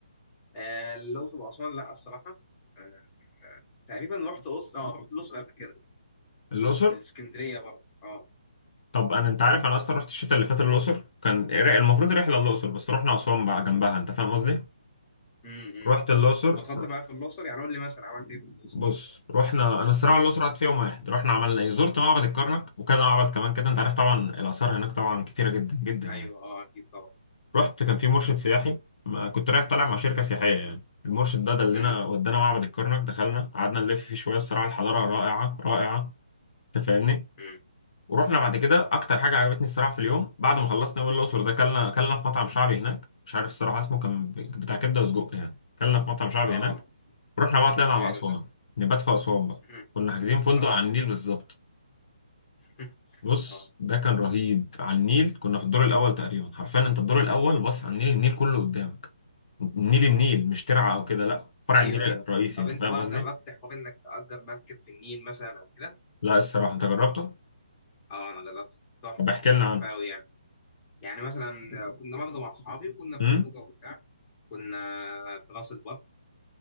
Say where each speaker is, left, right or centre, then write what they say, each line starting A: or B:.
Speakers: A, on the left; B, on the left.
A: آه، الأقصر وأسوان لا الصراحة آه، آه، تقريبا رحت أقصر أه رحت الأقصر قبل كده و-
B: الاقصر
A: والإسكندرية برضه أه
B: طب انا انت عارف انا اصلا رحت الشتاء اللي فات الاقصر كان المفروض رحله الاقصر بس رحنا اسوان بقى جنبها انت فاهم قصدي
A: امم امم
B: رحت الأقصر
A: واتبسطت بقى في الأقصر يعني قول لي مثلا عملت إيه في الأقصر
B: بص رحنا انا الصراحه الاقصر قعدت فيها يوم واحد رحنا عملنا ايه زرت معبد الكرنك وكذا معبد كمان كده انت
A: مم.
B: عارف طبعا الاثار هناك طبعا كتيره جدا جدا
A: ايوه
B: يعني
A: اه اكيد طبعا
B: رحت كان في مرشد سياحي ما كنت رايح طالع مع شركه سياحيه يعني المرشد ده دلنا
A: مم.
B: ودانا معبد الكرنك دخلنا قعدنا نلف فيه شويه الصراحه الحضاره رائعه رائعه انت فاهمني
A: مم.
B: ورحنا بعد كده اكتر حاجه عجبتني الصراحه في اليوم بعد ما خلصنا من الاقصر ده كلنا كلنا في مطعم شعبي هناك مش عارف الصراحه اسمه كان بتاع كبده وسجق يعني كلنا في مطعم شعبي
A: اه
B: هناك رحنا بقى طلعنا
A: ده
B: على
A: حلو
B: أسوان
A: ده
B: نبات في أسوان بقى
A: مم.
B: كنا حاجزين فندق
A: اه
B: على النيل بالظبط
A: <laughs>
B: بص
A: اه
B: ده كان رهيب على النيل كنا في الدور الأول تقريبا حرفيا أنت الدور الأول بص على النيل النيل كله قدامك النيل
A: اه
B: النيل مش ترعة أو كده لا فرع
A: ايوه
B: النيل الرئيسي
A: ايوه طب
B: أنت
A: انت
B: فاهم
A: بقى
B: قصدي؟
A: جربت حوار انك تأجر مركب في النيل مثلا او كده
B: لا الصراحة أنت جربته؟
A: اه انا جربت تحفه
B: طب احكي لنا
A: تحفه
B: عنه
A: قوي يعني يعني مثلا كنا برضه مع صحابي وكنا في
B: امم
A: خروجه وبتاع كنا في راس البر